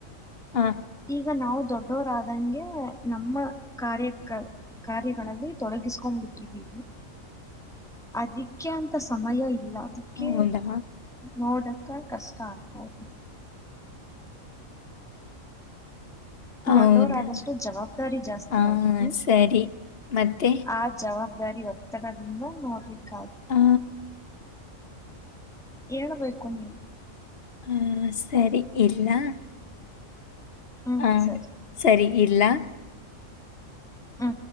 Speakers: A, on the left; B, in the centre.
A: ಹಾ
B: ಈಗ ನಾವು ದೊಡ್ಡವರಾದಂಗೆ ನಮ್ಮ ಕಾರ್ಯಕ ಕಾರ್ಯಗಳಲ್ಲಿ ತೊಡಗಿಸ್ಕೊಂಡ್ ಬಿಿಟ್ಟಿದ್ದೀಿ ಅದಿ ಅದಕ್ಕೆ ಅಂತ ಸಮಯ ಇಲ್ಲ ಅದಕ್ಕೆ
A: ಹೌದಾ
B: ನೋಡ ಕಷ್ಟ ಆಗ್ತಾ ಇದೆ ಹ
A: ಹೌದಾ
B: ದೊಡ್ಡವರಾದಷ್ಟು ಜವಾಬ್ದಾರಿ ಜಾಸ್ತಿ
A: ಆ
B: ಆಗಿದ್ದ
A: ಸರಿ ಮತ್ತೆ
B: ಆ ಜವಾಬ್ದಾರಿ ಒತ್ತಡದ್ರಿಂದ ನೋಡ್ಲಿಕ್ಕಾದು
A: ಆ
B: ಹೇಳ್ಬೇಕು ನೀವು
A: ಹ್ಮ ಸರಿ ಇಡ್ಲಾ
B: ಹ್ಮ್
A: ಹಾ
B: ಸರಿ
A: ಸರಿ ಇಡ್ಲಾ
B: ಹಾ